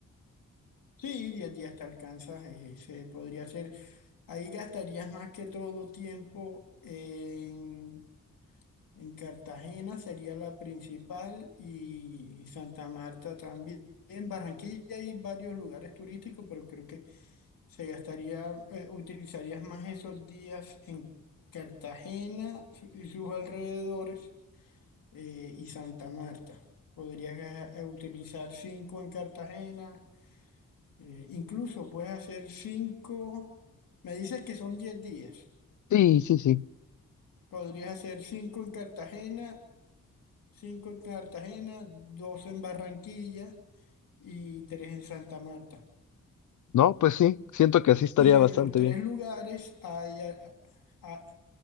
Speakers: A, on the left; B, on the left.
A: Sí, 10 días te alcanzas, eh, se podría hacer. Ahí gastarías más que todo tiempo en, en Cartagena, sería la principal, y Santa Marta también. En Barranquilla hay varios lugares turísticos, pero creo que se gastaría, eh, utilizarías más esos días en Cartagena su- y sus alrededores eh, y Santa Marta. Podrías eh, utilizar cinco en Cartagena. eh, incluso puedes hacer cinco. Me dices que son 10 días.
B: Sí, sí, sí.
A: Podrías hacer cinco en Cartagena, cinco en Cartagena, dos en Barranquilla y tres en Santa Marta.
B: No, pues sí, siento que así estaría
A: Y en
B: bastante
A: los tres
B: bien.
A: lugares hay, a- a-